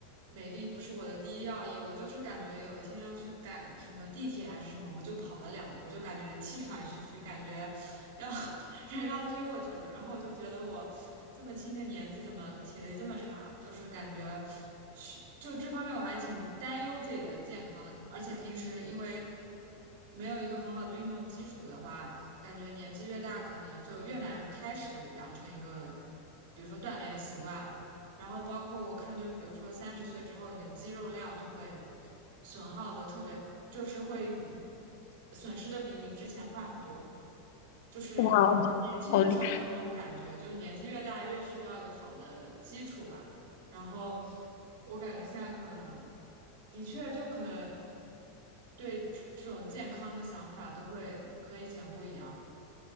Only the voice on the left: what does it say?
哇，好厉